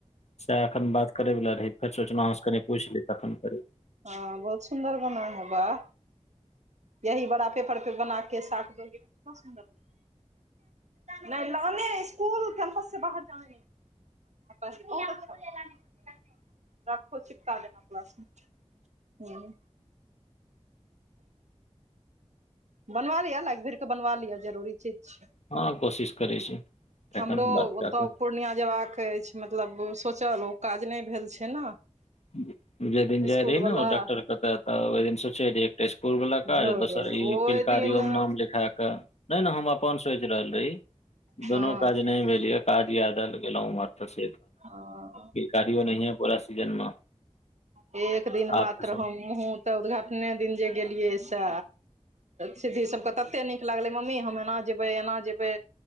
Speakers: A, on the left (about 70°); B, on the right (about 80°).
A: से एखन बात कर वला रही फेर सोचलहुँ अहाँ से कनि पूछछि ली तखन कर
B: हँ बहुत सुन्दर बना हैं वहा यही बड़ा पेपर पे बना के साट दोगे त कितना सुंन्दर लगे नय लाने इस्कूल कैम्पस से बाहर जाने नय <unintelligible> हूँ बनवा लिअ ने लायग भीरके बनवा लिअ जरुरी चीज छि
A: हँ कोशिश करै छी
B: हमरो
A: एखन बात
B: ओतय
A: कए कऽ
B: पूर्णिया जयबाक अछि मतलब सोचल ओ काज नय भेल छै ने
A: <unintelligible> जेहि दिन जाय
B: स्कूल
A: रहहि ने
B: वला
A: डॉ्टर केत त ओहि दिन सोचे रहहि एकटा स्कुल वालला
B: धौर
A: काज दोसर
B: ओहि
A: ई तिलकारियो
B: दिन
A: मे नाम लिखा क नहि नहि हम अपन सोचि रहल रही
B: हँ
A: दुनू काज नहि भेल ये काज यादल गेलहुँ उमहर तऽ
B: हँ
A: गियो न है पोरा सीजन मे
B: एक दिन मात्र
A: आब तऽ सब
B: हमहूँ तऽ उद्घाटने दिन जे गेलियै से सिधी सभके ततेक नीक लागलै मम्मी हम एना जेबै एना जेबै